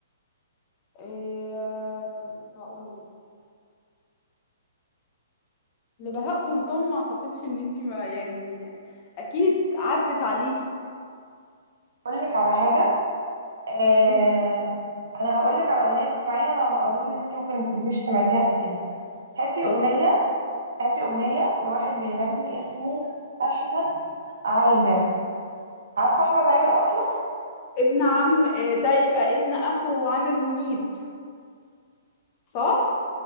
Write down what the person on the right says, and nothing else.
اقول لك على حاجه آه،
انا هقول لك على اغنيه تسمعيها انا اظن ان انت ممكن ما كنتيش سمعتيها قبل كده هاتي اغنيه
هاتي أغنية لواحد بيغني اسمه أحمد عامر عارفة أحمد عامر أصلا؟